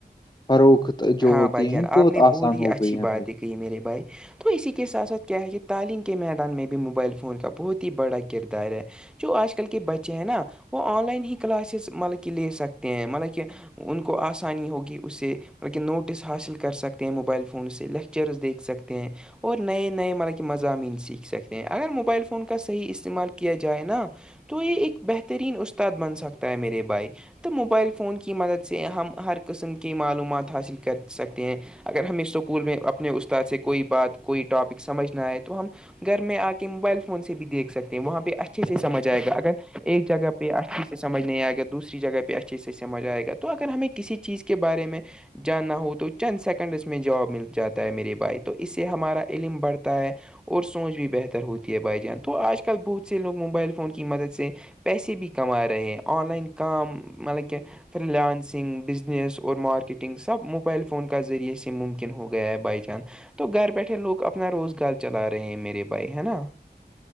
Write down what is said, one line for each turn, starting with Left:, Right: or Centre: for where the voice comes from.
Left: فروخت جو
Centre: ہاں
Left: ہوتی
Centre: بھائی جان
Left: ہیں
Centre: آپ نے بہت
Left: آسان
Centre: ہی
Left: ہو
Centre: اچھی
Left: گئی ہے ہماری
Centre: باتیں کہ میرے بھائی تو اسی کے ساتھ ساتھ کیا ہے کہ تعلیم کے میدان میں بھی موبائل فون کا بہت ہی بڑا کردار ہے جو آج کل کے بچے ہیں نا وہ آن لائن ہی کلاسز مطلب کہ لے سکتے ہیں مطلب کہ ان کو آسانی ہوگی اس سے بکہ نوٹس حاصل کر سکتے ہیں موبائل فون سے لیکچرز دیکھ سکتے ہیں اور نئے نئے مارا کہ مضامین سیکھ سکتے ہیں اگر موبائل فون کا صحیح استعمال کیا جائے نا تو یہ ایک بہترین استاد بن سکتا ہے میرے بھائی تو موبائل فون کی مدد سے ہم ہر قسم کی معلومات حاصل کر سکتے ہیں اگر میں اسکول میں اپنے استاد سے کوئی بات کوئی ٹاپک سمجھنا آئے تو ہم گھر میں آ کے موبائل فون سے بھی دیکھ سکتے ہیں وہاں پہ اچھے سے سمجھ آئے گا اگر ایک جگہ پہ اچھی سمجھ نہیں آئے گا دوسری جگہ پہ اچھے سے سمجھ آئے گا تو اگر ہمیں کسی چیز کے بارے میں جانا ہو تو چند سیکنڈس میں جاب مل جاتا ہے میرے بھائی تو اس سے ہمارا علم بڑھتا ہے اور سوچ بھی بہتر ہوتی ہے بھائی جان تو آج کل بہت سے لوگ موبائل فون کی مدد سے پیسے بھی کما رہے ہیں آن لائن کام مطلب کہ فرلانسنگ بزنس اور مارکیٹنگ سے سب موبائل فون کا ذریعے سے ممکن ہو گیا ہے بائی چانس تو گھر بیٹھے لوگ اپنا روزگار چلا رہے ہیں میرے بھائی ہے نا